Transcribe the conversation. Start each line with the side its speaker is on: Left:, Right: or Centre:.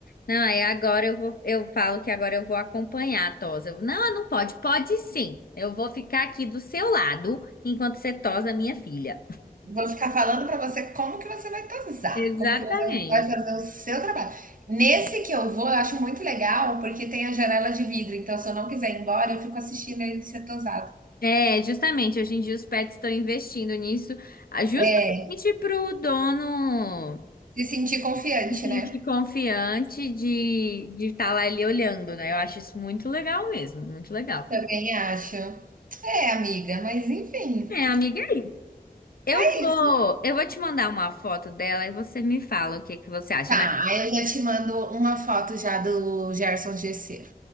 Left: Não, aí agora eu vou, eu falo que agora eu vou acompanhar a tosa. Eu, Não, não pode. Pode sim. Eu vou ficar aqui do seu lado enquanto você tosa minha filha.
Right: Vou ficar falando para você como que você vai tosar,
Left: Exatamente.
Right: como que você vai fazer o seu trabalho. Nesse que eu vou, eu acho muito legal, porque tem a janela de vidro, então se eu não quiser ir embora, eu fico assistindo ele ser tosado.
Left: É, justamente, hoje em dia os pets estão investindo nisso, ah, justamente
Right: É,
Left: para o dono
Right: se sentir confiante,
Left: se sentir
Right: né?
Left: confiante de de estar lá ele olhando, né? Eu acho isso muito legal mesmo, muito legal.
Right: Também acho. É, amiga, mas enfim,
Left: É, amiga, é isso. eu
Right: é
Left: vou,
Right: isso.
Left: eu vou te mandar uma foto dela e você me fala o que que você acha,
Right: Tá,
Left: mas
Right: aí eu já te mando uma foto já do Gerson Gesseiro.